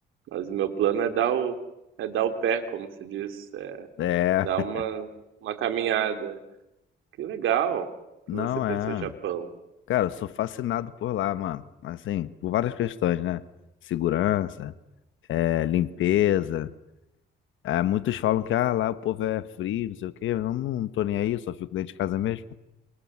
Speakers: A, on the right; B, on the left.
A: Mas o meu plano é dar o, é dar o pé, como se diz, é
B: É.
A: dar
B: <laughs>
A: uma, uma caminhada. Que legal
B: Não
A: que você pensou
B: é.
A: Japão.
B: Cara, eu sou fascinado por lá, mano. Assim, por várias questões, né? Segurança, é, limpeza. É, muitos falam que ah, lá o povo é frio, não sei o quê. Eu não, não tô nem aí, só fico dentro de casa mesmo.